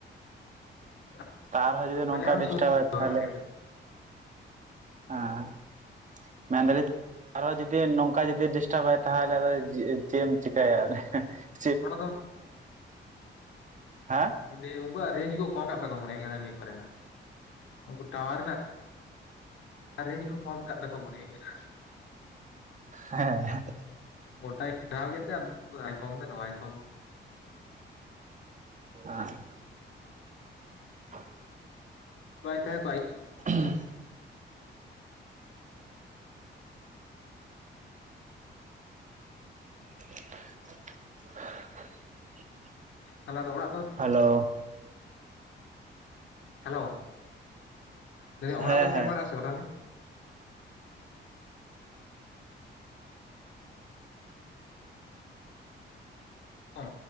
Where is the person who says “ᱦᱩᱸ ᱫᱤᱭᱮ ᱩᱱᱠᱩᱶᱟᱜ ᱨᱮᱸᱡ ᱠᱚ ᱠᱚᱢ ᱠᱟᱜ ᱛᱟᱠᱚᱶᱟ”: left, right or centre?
Left